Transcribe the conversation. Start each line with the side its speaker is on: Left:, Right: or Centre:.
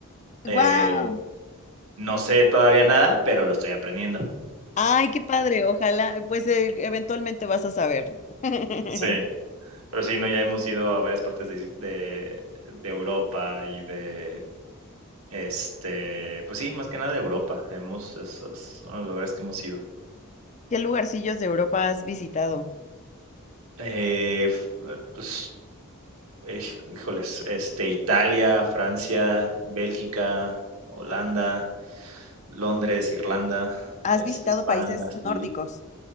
Right: Eh,
Left: Wow.
Right: no sé todavía nada, pero lo estoy aprendiendo.
Left: Ay, qué padre. Ojalá, pues eh, eventualmente vas a saber. <laughs> ¿Qué
Right: Sí, pero sí, no, ya hemos ido a varias partes de, de, de Europa y de, este, pues sí, más que nada de Europa. Hemos, esos son los lugares que hemos ido.
Left: lugarcillos de Europa has visitado?
Right: Eh, f- eh, pues, eh, híjoles, este, Italia, Francia, Bélgica, Holanda, Londres, Irlanda,
Left: ¿Has
Right: este,
Left: visitado
Right: España,
Left: países
Right: sí,
Left: nórdicos?